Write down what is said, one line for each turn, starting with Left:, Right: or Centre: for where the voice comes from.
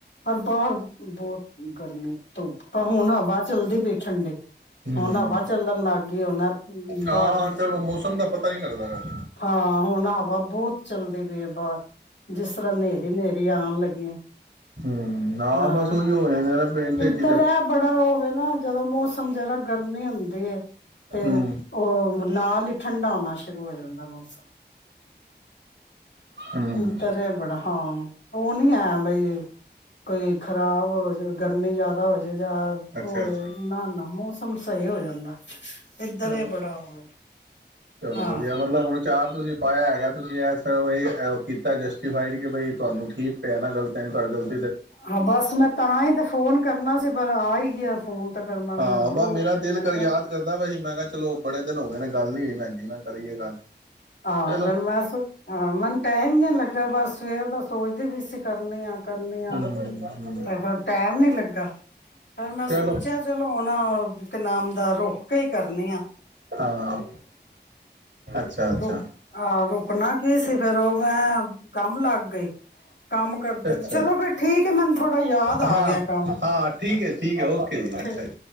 Left: ਹਰ ਬਾਹਾਰ ਬਹੁਤ ਗਰਮੀ ਧੁੱਪ ਪਰ ਹੁਣ ਹਵਾ ਚੱਲਦੀ ਪਈ ਠੰਡੀ
Right: ਹੂੰ।
Left: ਹੁਣ ਹਵਾ ਚੱਲਣ ਲੱਗ ਗਈ ਉਹ ਬਾਹਰ
Right: ਹਾਂ ਚਲੋ <unintelligible>
Left: ਹਾਂ ਹੁਣ ਹਵਾ ਬਹੁਤ ਚੱਲਦੀ ਪਏ ਆ ਬਾਹਰ ਜਿਸ ਤਰ੍ਹਾਂ ਹਨੇਰੀ ਹਨੇਰੀ ਆਉਣ ਲੱਗੀ
Right: ਹੂੰ
Left: ਹਾਂ
Right: ਬਸ ਉਹੀ ਹੋ ਜਾਂਦਾ ਨਾ ਪੇਟ
Left: ਇੱਧਰ
Right: ਚ ਹੀ ਤੇ
Left: ਇਹ ਬੜਾ ਹੋਵੇ ਨਾ ਜਦੋਂ ਮੌਸਮ ਜਰਾ ਗਰਮੀ ਹੁੰਦੀ ਹੈ ਤੇ
Right: ਹੂੰ,
Left: ਉਹ ਨਾਲ ਹੀ ਠੰਡਾ ਹੋਣਾ ਸ਼ੁਰੂ ਹੋ ਜਾਂਦਾ ਮੌਸਮ
Right: ਹੂੰ
Left: ਤਰੇ ਬੜ ਹਾਂ ਉਹ ਨਹੀਂ ਹੈ ਬਈ ਕੋਈ ਖ਼ਰਾਬ ਹੋ ਜਾ ਗਰਮੀ ਜਿਆਦਾ ਹੋ ਜਾ ਜਾਂ
Right: ਅੱਛਾ-ਅੱਛਾ
Left: ਹੋ ਨਾ ਨਾ ਮੌਸਮ ਸਹੀ ਹੋ ਜਾਂਦਾ ਇੱਧਰ
Right: ਚਲੋ
Left: ਇਹ ਬੜਾ ਹੋਵੇ
Right: ਚਲੋ
Left: ਹਾਂ
Right: ਵਧੀਆ ਮਤਲਬ ਹੁਣ ਚਾਰ ਤੁਸੀਂ ਪਾਇਆ ਹੈਗਾ ਤੁਸੀਂ ਕੀਤਾ ਜਸਟਿਡਫਾਈਡ ਕਿ ਬਈ ਤੁਹਾਨੂੰ ਠੀਕ ਪਿਆ ਨਾ ਗਲਤ ਨ ਤੁਹਾਡਾ ਗਲਤ ਜਸਟਿਡ ਫਾਈਡ
Left: ਹਾਂ ਬਸ ਮੈਂ ਤਾਂ ਹੀ ਤੇ ਫੋਨ ਕਰਨਾ ਸੀ ਪਰ ਆ ਹੀ ਗਿਆ ਫੋਨ ਤੇ ਫਿਰ ਮੈਨੂੰ
Right: ਹਾਂ
Left: ਹੋਰ ਹੋ
Right: ਵ ਮੇਰਾ
Left: ਗਿਆ
Right: ਦਿਲ
Left: ਮੈਂ
Right: ਕਰ
Left: ਕਿਹਾ
Right: ਯਾਦ ਕਰਦਾ ਵਾਸੀ ਮੈਂ ਕਿਹਾ ਚਲੋ ਬੜੇ ਦਿਨ ਹੋ ਗਏ ਨੇ ਗੱਲ ਨਹੀਂ ਭੈਜੀ ਨਾ ਕਰੀਏ ਗੱਲ
Left: ਹਾਂ
Right: ਚਲੋ
Left: ਫਿਰ ਮਸ ਮੈਨੂੰ ਟਾਈਮ ਨ ਲੱਗਾ ਬਸ ਸਵੇ ਤਾਂ ਸੋਚਦੇ ਵੀ ਸੀ ਕਰਨੀ ਆ ਕਰਨੀ ਆ
Right: ਹਮ
Left: ਤੇ ਫਿਰ ਟੈਮ ਨੀ ਲੱਗਾ ਫਿਰ ਮੈਂ
Right: ਚਲੋ
Left: ਸੋਚਿਆ ਚਲੋ ਹੁਣ ਇੱਕ ਨਾਮ ਦਾ ਰੁੱਖ ਕੇ ਹੀ ਕਰਨੀ ਆ
Right: ਹਾਂ ਅੱਛਾ ਅੱਛਾ
Left: ਰੁ ਆਹ ਰੁਕਣਾ ਕੀ ਸੀ ਫਿਰ ਉਹ ਮੈਂ ਕੰਮ ਲੱਗ ੱ ਗਈ ਕੰਮ ਕਰਦੇ
Right: ਅੱਛਾ
Left: ਚਲੋ ਫਿਰ ਠੀਕ ਹੈ ਮੈਨੂੰ ਥੋੜਾ ਯਾਦ
Right: ਹਾਂ
Left: ਆ ਗਿਆ ਕੰਮ
Right: ਹਾਂ ਠੀਕ ਹੈ ਠੀਕ ਹੈ ਓਕੇ ਜੀ ਅੱਛਾ
Left: ਠੀਕ
Right: ਜੀ